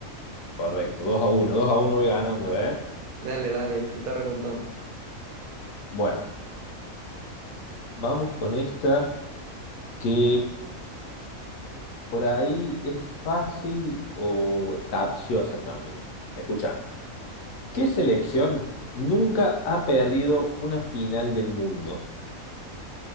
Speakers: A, on the left; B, on the right.
A: Correcto, dos a uno dos a uno voy ganando, ¿eh?
B: Dale, dale, ahorita remontamos.
A: Bueno, vamos con esta que Por ahí es fácil o es capciosa también. Escucha, ¿qué selección nunca ha perdido una final del mundo?